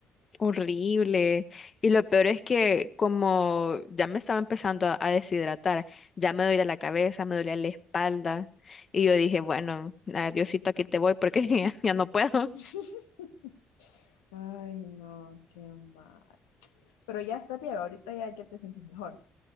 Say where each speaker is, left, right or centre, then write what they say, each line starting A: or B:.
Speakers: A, on the left; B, on the left.
A: Horrible. Y lo peor es que como ya me estaba empezando a, a deshidratar, ya me dolía la cabeza, me dolía la espalda. Y yo dije, bueno, ah, Diosito, aquí te voy porque <laughs> ya, ya no puedo.
B: <laughs> Ay, no, qué mal. Pero ya está bien, ahorita ya, ya te sientes mejor.